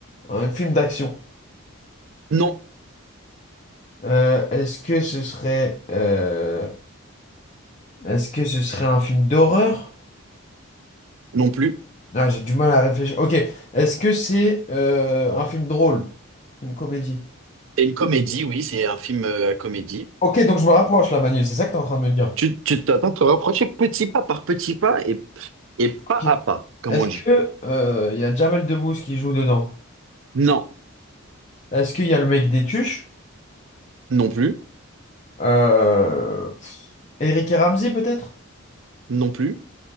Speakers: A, on the left; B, on the right.
A: un film d'action?
B: non,
A: Euh, est-ce que ce serait. euh, Est-ce que ce serait un film d'horreur?
B: non plus.
A: Ah, j'ai du mal à réfléchir. Ok, est-ce que c'est euh, un film drôle? Une comédie?
B: C'est une comédie, oui, c'est un film euh, à comédie.
A: Ok, donc je me rapproche là, Manil, c'est ça que t'es en train de me dire.
B: Tu, tu t'attends de te rapprocher petit pas par petit pas et, et
A: Ok.
B: pas à pas, comme
A: Est-ce
B: on dit.
A: que euh, il y a Jamel Debbouze qui joue dedans?
B: Non,
A: Est-ce qu'il y a le mec des Tuches?
B: non plus,
A: Euh... pff, Eric et Ramzy peut-être?
B: non plus.